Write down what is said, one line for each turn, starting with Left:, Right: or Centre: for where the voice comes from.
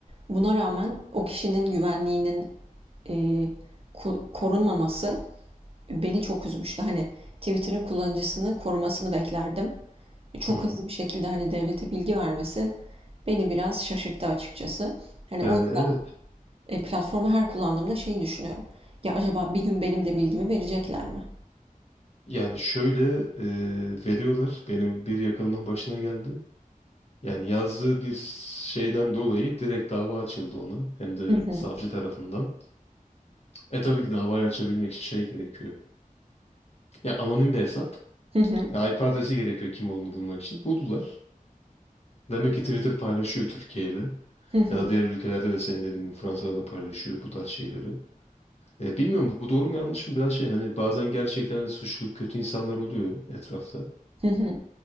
Right: Buna rağmen o kişinin güvenliğinin eee, korunmaması beni çok üzmüştü. Hani Twitter'ın kullanıcısını korumasını beklerdim. Çok
Left: hı. hı.
Right: hızlı bir şekilde hani devlete bilgi vermesi beni biraz şaşırttı açıkçası. Hani
Left: Yani
Right: o yüzden
Left: evet.
Right: e, platformu her kullandığımda şey düşünüyorum. Ya acaba bir gün benim de bilgimi verecekler mi?
Left: Yani şöyle e, veriyorlar. Benim bir yakınımın başına geldi. Yani yazdığı bir şeyden dolayı direkt dava açıldı ona. Hem de
Right: Hı hı.
Left: savcı tarafından. E tabii ki davayı açabilmek için şey gerekiyor. Ya anonim bir hesap.
Right: Hı hı.
Left: Ya IP adresi gerekiyor kim olduğunu bulmak için. Buldular. Demek ki Twitter paylaşıyor Türkiye ile.
Right: Hı hı.
Left: Ya da diğer ülkelerde de senin dediğin gibi Fransa'da da paylaşıyor bu tarz şeyleri. E, bilmiyorum bu doğru mu yanlış mı biraz şey hani bazen gerçekten de suçlu kötü insanlar oluyor etrafta.
Right: Hı hı.